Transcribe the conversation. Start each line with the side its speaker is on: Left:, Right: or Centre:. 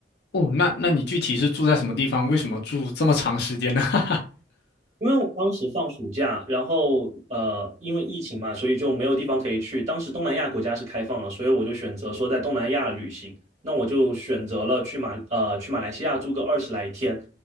Left: 哦，那那你具体是住在什么地方？为什么住这么长时间呢？<laughs> 哈哈，
Right: 因为我当时放暑假，然后呃，因为疫情嘛，所以就没有地方可以去。当时东南亚国家是开放了，所以我就选择说在东南亚旅行。那我就选择了去马呃去马来西亚住个二十来天。